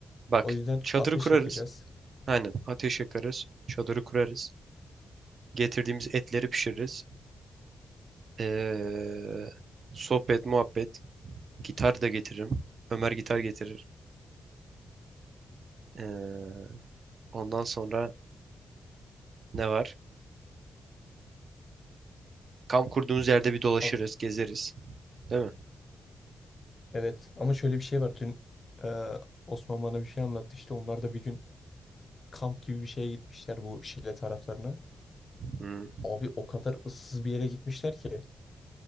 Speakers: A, on the right; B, on the left.
A: Bak
B: O yüzden
A: çadırı
B: ateş
A: kurarız.
B: yakacağız.
A: Aynen ateş yakarız. Çadırı kurarız. Getirdiğimiz etleri pişiririz. Ee, sohbet, muhabbet. Gitar da getiririm. Ömer gitar getirir. Ee, ondan sonra ne var? Kamp kurduğumuz yerde bir dolaşırız,
B: Abi,
A: gezeriz. Değil mi?
B: evet ama şöyle bir şey var. Dün e, Osman bana bir şey anlattı işte onlar da bir gün kamp gibi bir şeye gitmişler bu Şile taraflarına.
A: Hı.
B: Abi o kadar ıssız bir yere gitmişler ki.